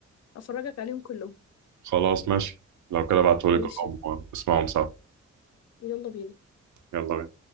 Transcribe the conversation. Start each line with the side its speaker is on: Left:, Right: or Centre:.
Left: افرجك عليهم كلهم
Right: خلاص ماشي لو كده بعتهولي
Left: ماشي
Right: كلهم واسمعهم سوا
Left: يلا بينا
Right: يلا بينا